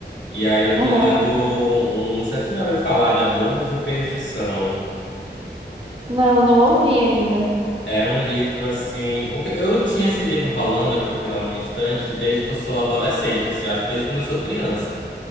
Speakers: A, on the left; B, on the right.
A: E aí eu
B: Aham.
A: tô lendo um, um, não sei se tu já ouviu falar de Amor de Perdição.
B: Não, não ouvi ainda.
A: É um livro assim. Porque eu tinha esse livro rolando aqui pela minha estante desde que eu sou adolescente, assim, acho que desde quando eu sou criança.